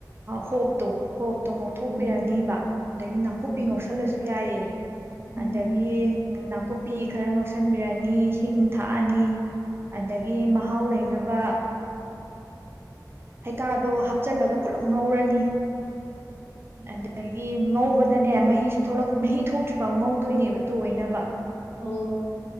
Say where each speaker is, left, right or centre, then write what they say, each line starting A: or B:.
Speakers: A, on the right (about 35°); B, on the left (about 30°).
A: ꯍꯣꯞꯇꯣ ꯍꯣꯞ ꯇꯣ ꯉꯧꯊꯣꯛꯄꯤꯔꯅꯤꯕ
B: ꯎꯝ
A: ꯑꯗꯒꯤ ꯅꯥꯀꯨꯞꯄꯤ
B: ꯎꯝ
A: ꯉꯧꯁꯜꯂꯁꯨ ꯌꯥꯏꯌꯦ
B: ꯎꯝ
A: ꯑꯗꯒꯤ ꯅꯥꯀꯨꯞꯄꯤ ꯈꯔ ꯉꯧꯁꯟꯕꯤꯔꯅꯤ ꯍꯤꯡ ꯊꯥꯛꯑꯅꯤ ꯑꯗꯒꯤ ꯃꯍꯥꯎ ꯂꯩꯅꯕ ꯍꯩꯀꯥꯗꯣ ꯍꯥꯞꯆꯜꯂꯒ ꯄꯨꯂꯞ ꯉꯧꯔꯅꯤ ꯑꯗꯒꯤ ꯉꯧꯕꯗꯅꯦ ꯃꯍꯤꯁꯨ ꯃꯍꯤ ꯊꯣꯛꯇ꯭ꯔꯤꯐꯥꯎ ꯉꯧꯗꯣꯏꯅꯦꯕ ꯇꯣꯏꯅꯕ
B: ꯑꯣ